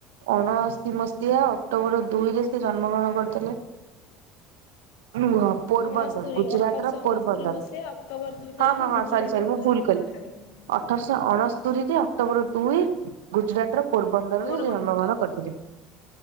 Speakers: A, on the right; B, on the left.
A: ଅଣଅଶୀ ମସିହା ଅକ୍ଟୋବର ଦୁଇରେ ସେ ଜନ୍ମ ଗ୍ରହଣ କରିଥିଲେ। ରୁହ ପୋରବନ୍ଦର
B: ଅଣସ୍ତୋରିୀ
A: ଗୁଜୁରାଟର
B: ଅଠରଶହ
A: ପୋରବନ୍ଦର
B: ଅଣସ୍ତରିୀ ମସିହା ଅକ୍ଟୋବର ଦୁଇ
A: ହଁ
B: ତାରିଖ
A: ହଁ ହଁ
B: ଗୁଜୁରାଟ
A: ସରି ସରି
B: ର
A: ମୁଁ
B: ପୋରବନ୍ଦର।
A: ଭୁଲ କଲି।
B: <unintelligible>
A: ଅଠରଶହ ଅଣସ୍ତରି ଅକ୍ଟୋବର ଦୁଇ ଗୁଜୁରାଟ ର ପୋରବନ୍ଦରରେ
B: ପୋରବନ୍ଦର
A: ଜନ୍ମଗ୍ରହଣ
B: ଠାରେ
A: କରିଥିଲେ।